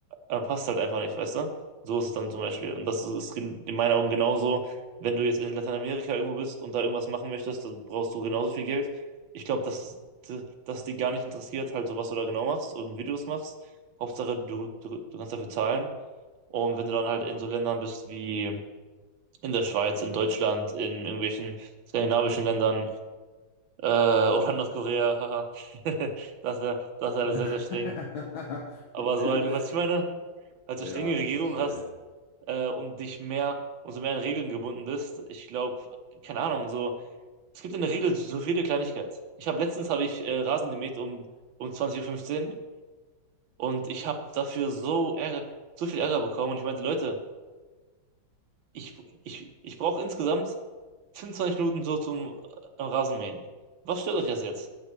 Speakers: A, on the right (about 75°); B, on the left (about 85°).
A: Aber passt halt einfach nicht, weißt du? So ist es dann zum Beispiel. Und das ist in in meinen Augen genauso, wenn du jetzt in Lateinamerika irgendwo bist und da irgendwas machen möchtest, dann brauchst du genauso viel Geld. Ich glaube, dass, dass die gar nicht interessiert, halt so was du da genau machst und wie du es machst. Hauptsache, du, du, du kannst dafür zahlen. Und wenn du dann halt in so Ländern bist wie in der Schweiz, in Deutschland, in irgendwelchen skandinavischen Ländern äh, <laughs> oder Nordkorea, haha, <laughs> das ist ja, das ist alles
B: <laughs>
A: sehr, sehr streng. Aber so halt, was ich meine, halt so
B: Ja,
A: strenge Regierungen
B: ich verstehe.
A: hast, äh, und dich mehr, umso mehr an Regeln gebunden bist. Ich glaube, keine Ahnung, so, es gibt in der Regel so viele Kleinigkeiten. Ich habe letztens habe ich äh, Rasen gemäht um, um 20.15 Uhr fünfzehn und ich habe dafür so Ärger, so viel Ärger bekommen und ich meinte, Leute, ich, ich, ich brauche insgesamt 25 Minuten so zum äh, Rasenmähen. Was stört euch das jetzt?